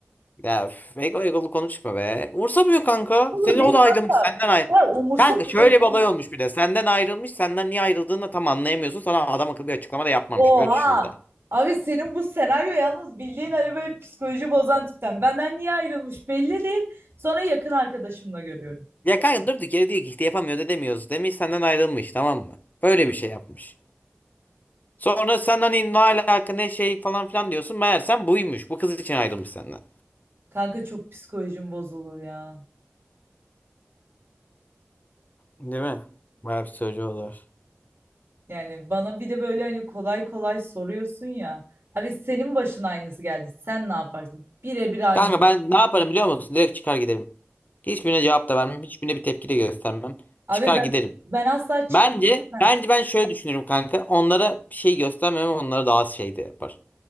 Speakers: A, on the left (about 40°); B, on the right (about 60°).
A: Ya üf, ego egolu konuşma be. Umursamıyor kanka.
B: Oğlum
A: Senin
B: değil
A: o da ayrılmış
B: kanka.
A: senden ayrı.
B: Ya umursa
A: Kanka
B: umursa.
A: şöyle bir olay olmuş bir de. Senden ayrılmış. Senden niye ayrıldığını da tam anlayamıyorsun. Sana adam akıllı bir açıklama da yapmamış.
B: Oha.
A: Öyle düşün bir de.
B: Abi senin bu senaryo yalnız bildiğin hani böyle psikoloji bozan tipten. Benden niye ayrılmış belli değil. Sonra yakın arkadaşımla görüyorum.
A: Ya kanka durdu geri diyor ki işte yapamıyoruz edemiyoruz demiş senden ayrılmış tamam mı? Böyle bir şey yapmış. Sonra sen hani ne alaka ne şey falan filan diyorsun. Meğersem buymuş. Bu kız için ayrılmış senden.
B: Kanka çok psikolojim bozulur ya.
A: Değil mi? Bayağı bir söylüyor olur.
B: Yani bana bir de böyle hani kolay kolay soruyorsun ya. Abi senin başına aynısı geldi. Sen ne yaparsın? Birebir aynısı.
A: Kanka ben ne yaparım biliyor musun? Direkt çıkar giderim. Hiçbirine cevap da vermem. Hiçbirine bir tepki de göstermem.
B: Abi
A: Çıkar
B: ben
A: giderim.
B: ben asla çıkamam.
A: Bence, bence ben şöyle düşünürüm kanka. Onlara bir şey göstermem onlara daha az şey de yapar.